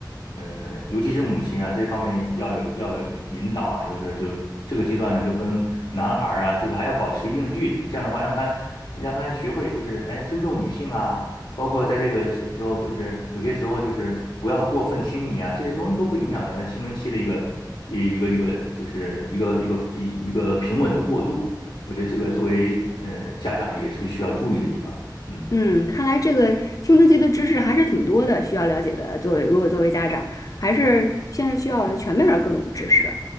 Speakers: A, on the left; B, on the left.
A: 呃，尤其是母亲啊，这方面要有要有引导啊，就是说就这个阶段呢，就跟男孩儿啊，就是还要保持一定的距离，这样的话让他让他学会就是，哎，尊重女性啊。包括在这个时时候，就是有些时候就是不要过分亲昵啊，这些东西都会影响到他青春期的一个一一个一个就是一个一个一一个平稳的过渡。我觉得这个作为呃家长也是需要注意的地方。嗯。
B: 嗯，看来这个青春期的知识还是挺多的，需要了解的。作为如果作为家长，还是现在需要全面的各种知识。